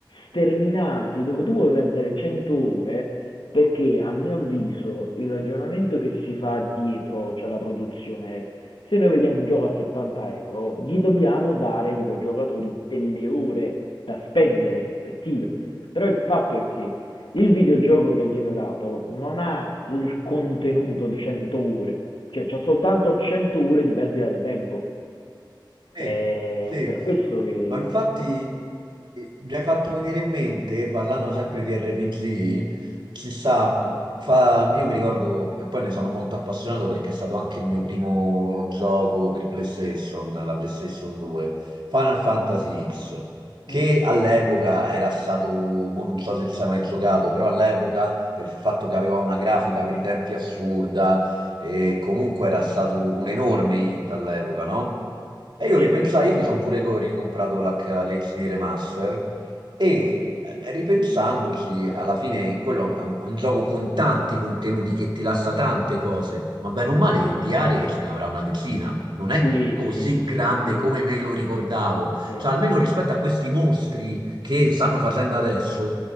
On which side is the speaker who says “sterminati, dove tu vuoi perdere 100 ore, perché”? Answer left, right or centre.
Left